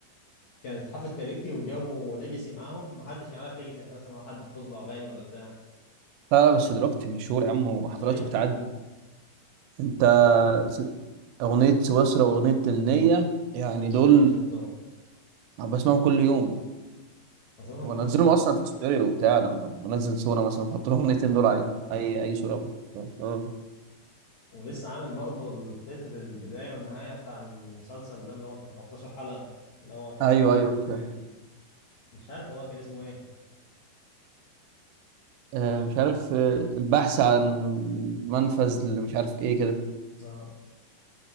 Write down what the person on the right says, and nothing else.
لا لا بس دلوقتي مشهور يا عم وحفلاته
بتعدي انت
س- اغنيه سويسرا واغنيه النيه يعني دول
بسمعهم كل يوم
بنزلهم
اصلا في ستوري وبتاع لما بنزل صوره مثلا بحط لهم الاغنيتين دول عليهم
اي اي صوره بقى. اه
ايوه ايوه فاهم.
آه، مش عارف آه، البحث عن منفذ اللي مش عارف ايه كده